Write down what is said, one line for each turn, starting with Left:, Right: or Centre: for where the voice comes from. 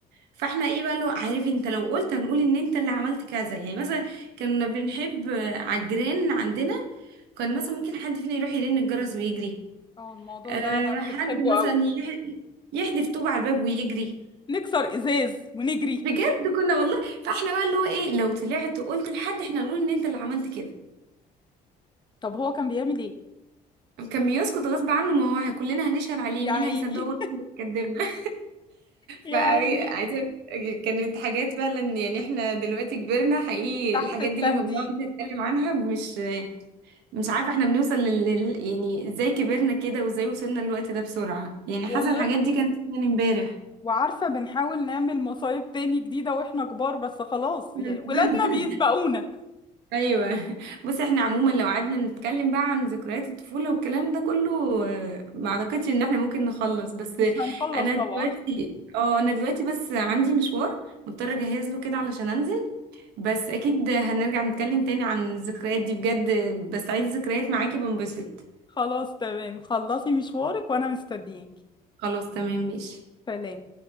Right: فاحنا ايه بقى اللي هو عارف انت لو قلت هنقول ان انت اللي عملت كذا يعني مثلا كنا بنحب آه، على الجيران عندنا كان مثلا ممكن حد فينا يروح يرن الجرس ويجري
Left: اه الموضوع
Right: أه
Left: ده
Right: حد
Left: بنحبه
Right: مثلا
Left: قوي
Right: يح- يحدف طوب على الباب ويجري
Left: نكسر ازاز ونجري
Right: بجد كنا والله فاحنا بقى اللي هو ايه لو طلعت وقلت لحد احنا نقول ان انت اللي عملت كده
Left: طب هو كان بيعمل ايه
Right: كان بيسكت غصب عنه ما هو كلنا هنشهد عليه
Left: يا
Right: مين
Left: عيني
Right: هيصدقه ولا هو اللي هيكدبنا
Left: <laughs> يا
Right: فعايزة
Left: عيني
Right: كانت حاجات فعلا يعني احنا دلوقتي كبرنا حقيقي
Left: تحت
Right: الحاجات
Left: التهديد
Right: دي لما بنقعد نتكلم عنها مش مش عارفة احنا بنوصل لل لل- يعني ازاي كبرنا كده وازاي وصلنا للوقت ده بسرعة يعني
Left: والله
Right: حاسة الحاجات دي كانت فعلا امبارح
Left: وعارفة بنحاول نعمل مصايب تاني جديدة واحنا كبار بس خلاص
Right: <laughs>
Left: يعني ولادنا بيسبقونا
Right: ايوه <laughs> بص احنا عموما لو قعدنا نتكلم بقى عن ذكريات الطفوله والكلام ده كله آه، ما اعتقدش ان احنا ممكن نخلص بس
Left: مش هنخلص
Right: انا
Left: طبعا
Right: دلوقتي اه انا دلوقتي بس عندي مشوار مضطره اجهز له كده علشان انزل بس اكيد هنرجع نتكلم تاني عن الذكريات دي بجد بس عايز ذكريات معاكي بنبسط
Left: خلاص تمام خلصي مشوارك وانا مستنياكي
Right: خلاص تمام ماشي
Left: سلام